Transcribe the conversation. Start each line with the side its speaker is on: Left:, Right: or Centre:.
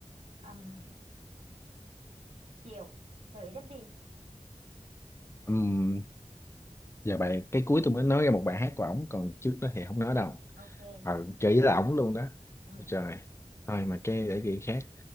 Right: um, chịu rồi đáp đi
Left: Ừm, giờ bài cái cuối tôi mới nói ra một bài hát của ổng còn trước đó thì không nói đâu
Right: ok
Left: ờ gợi ý là ổng luôn đó
Right: ừ
Left: trời thôi mà cái để gợi ý khác